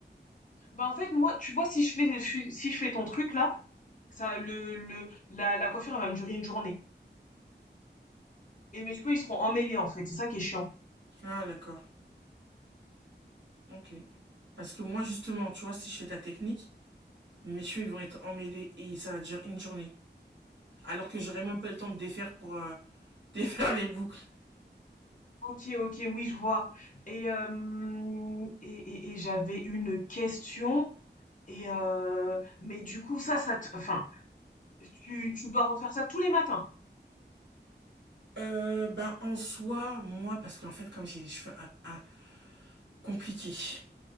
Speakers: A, on the left; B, on the right.
A: bah, en fait, moi, tu vois, si je fais, si si je fais ton truc, là, ça, le, le, la, la coiffure, elle va me durer une journée. Et mes cheveux, ils seront emmêlés, en fait. C'est ça qui est chiant.
B: Ah d'accord, OK. Parce que moi justement, tu vois, si je fais ta technique, mes cheveux ils vont être emmêlés et ça va durer une journée. Alors que j'aurais
A: Ok,
B: même pas le temps de défaire pour euh, <laughs> défaire les boucles.
A: ok, ok, oui, je vois. Et, euh, et, et- et j'avais une question. Et euh, mais du coup, ça, ça te, enfin, tu, tu dois refaire ça tous les matins.
B: Euh, ben en soi, moi, parce qu'en fait, comme j'ai les cheveux à, à- compliqués,